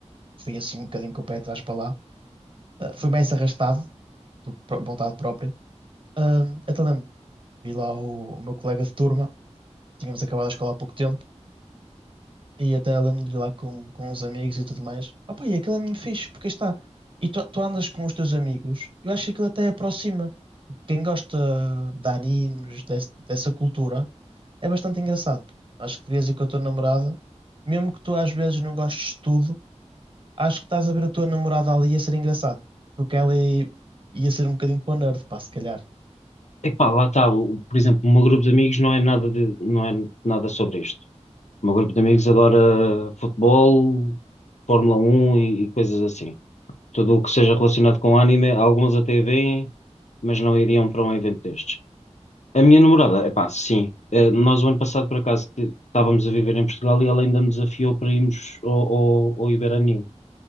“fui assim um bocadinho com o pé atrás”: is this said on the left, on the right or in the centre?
Right